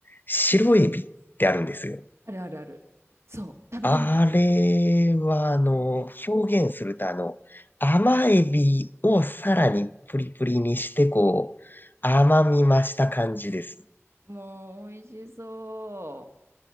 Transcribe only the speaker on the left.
白エビってあるんですよ。
あれは、あの、表現すると、あの、甘エビをさらにプリプリにして、
こう、甘み増した感じです。